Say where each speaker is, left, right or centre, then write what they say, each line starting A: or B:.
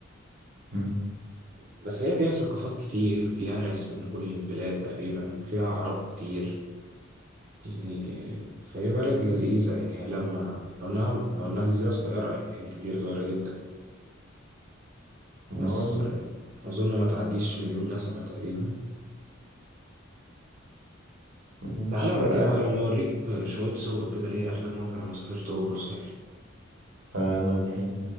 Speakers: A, on the right (about 75°); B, on the right (about 45°).
A: مم.
B: بس هي فيها ثقافات كتير فيها ناس من كل البلاد تقريبا فيها عرب كتير يعني فهي بلد لذيذة يعني هي لما لو إنها لو إنها جزيرة صغيرة يعني جزيرة صغيرة جدا
A: ما
B: بس
A: هو ال-
B: أظن ما تعديش مليون نسمة تقريبا
A: مش
B: تعالى
A: فارقة
B: ما تيجي لما أوريك آه، شوية صور كده ليا آخر مرة لما سافرت أوبروس طيب
A: تعالى وريني